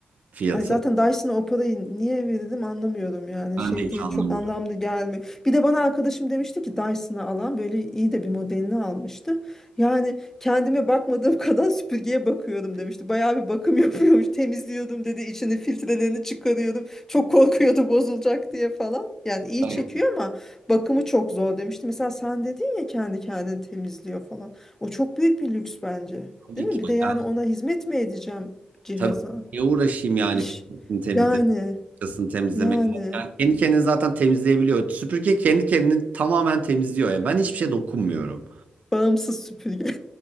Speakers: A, on the right; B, on the left.
A: fiyatı.
B: Ay zaten Dyson'a o parayı niye verelim anlamıyorum yani
A: Ben
B: şey
A: de hiç
B: değil
A: anlamıyorum.
B: çok anlamlı gelmiyor. Bir de bana arkadaşım demişti ki Dyson'ı alan böyle iyi de bir modelini almıştı. Yani kendime bakmadığım <laughs> kadar süpürgeye bakıyordum demişti. Bayağı bir bakım <laughs> yapıyormuş temizliyordum dedi içini filtrelerini çıkarıyordum. Çok korkuyordu bozulacak diye falan. Yani iyi
A: Hayır,
B: çekiyor ama bakımı çok zor demişti. Mesela sen dedin ya kendi kendini temizliyor falan. O çok büyük bir lüks bence.
A: tabii
B: Değil
A: ki.
B: mi? Bir de yani
A: Yani
B: ona hizmet mi edeceğim cihaza?
A: tabii niye uğraşayım yani
B: İş.
A: filtresini temizle,
B: Yani,
A: fırçasını temizlemek.
B: yani
A: Yani kendi kendini zaten temizleyebiliyor. Süpürge kendi kendini tamamen temizliyor. Yani ben hiçbir şey dokunmuyorum.
B: bağımsız süpürge.